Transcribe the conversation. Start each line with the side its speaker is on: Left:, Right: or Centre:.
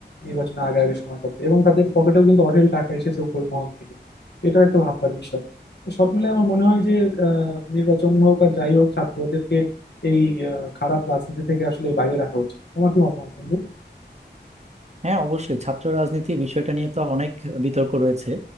Left: নির্বাচনের আগে আগে সময়টাতে এবং তাদের পকেটেও কিন্তু অঢেল টাকা এসেছে উপর মহল থেকে এটা একটা ভাবনার বিষয় তো সব মিলে আমার মনে হয় যে আহ, নির্বাচন হোক আর যাই হোক ছাত্রদেরকে এই আহ, খারাপ রাজনীতি থেকে আসলে বাইরে রাখা উচিত তোমার কি মতামত বন্ধু
Right: হ্যাঁ অবশ্যই ছাত্র রাজনীতি বিষয়টা নিয়ে তো অনেক বিতর্ক রয়েছে